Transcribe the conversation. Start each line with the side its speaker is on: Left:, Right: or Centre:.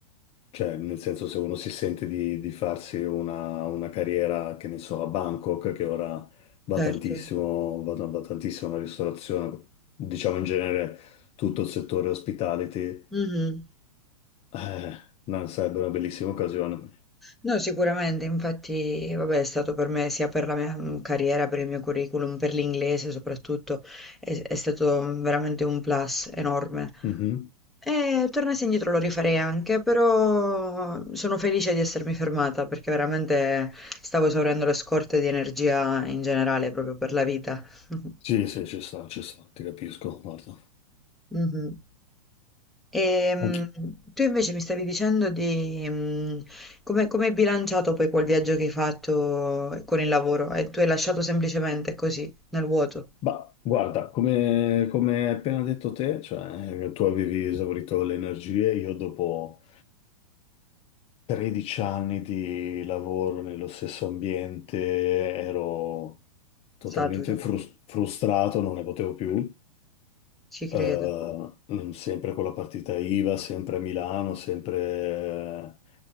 Left: cioè nel senso se uno si sente di, di farsi una, una carriera, che ne so, a Bangkok, che ora va
Centre: Certo.
Left: tantissimo, va, va tantissimo la ristorazione, diciamo in genere tutto il settore hospitality,
Centre: Mh-mh.
Left: eh, no, sarebbe una bellissima occasione.
Centre: No, sicuramente, infatti, vabbè, è stato per me sia per la mia, mhmm, carriera, per il mio curriculum, per l'inglese soprattutto, è s è stato veramente un plus enorme.
Left: Mhm.
Centre: E tornassi indietro lo rifarei anche, però sono felice di essermi fermata perché veramente stavo esaurendo le scorte di energia in generale proprio per la vita. <laughs>
Left: Sì, sì, ci sta, ci sta, ti capisco, guarda.
Centre: Mh-mh. Ehm,
Left: Anch-
Centre: tu invece mi stavi dicendo di mm, come, come hai bilanciato poi quel viaggio che hai fatto con il lavoro e tu hai lasciato semplicemente così, nel vuoto,
Left: Bah, guarda, come, come hai appena detto te, cioè, tu avevi esaurito le energie, io dopo 13 anni di lavoro nello stesso ambiente ero totalmente
Centre: saturo,
Left: frus- frustrato, non ne potevo più.
Centre: ci
Left: Eh,
Centre: credo.
Left: mm, sempre con la partita IVA, sempre a Milano, sempre